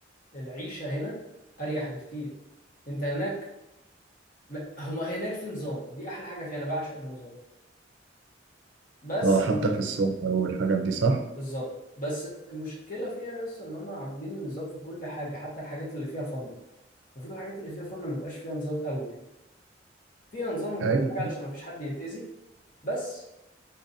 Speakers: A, on the left (about 45°); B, on the right (about 70°).
A: العيشه هنا اريح بكتير انت هناك ما- هم هناك في نظام دي احلى حاجه فيها انا بعشق النظام بس
B: اه حتى
A: مش
B: في السوق والحاجات دي صح
A: بالظبط بس المشكله فيها بس ان هم عاملين النظام في كل حاجه حتى الحاجات اللي فيها فن المفروض الحاجات اللي فيها فن ما يبقاش فيها نظام قوي يعني فيها نظام وكل
B: ايوه
A: حاجه علشان ما فيش حد يتاذي بس